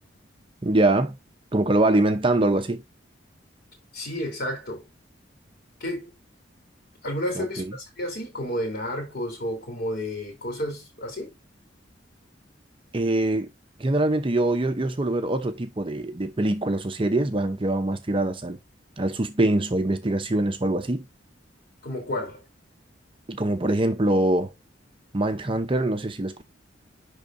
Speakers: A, on the right; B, on the left.
A: Ya, como que lo va alimentando, algo así.
B: Sí, exacto. ¿Qué, ¿Alguna vez
A: Ok.
B: has visto una serie así, como de narcos o como de cosas así?
A: Eh, generalmente yo, yo, yo suelo ver otro tipo de, de películas o series van, que van más tiradas al, al suspenso, a investigaciones o algo así,
B: ¿Como cuál?
A: como por ejemplo Mindhunter, no sé si la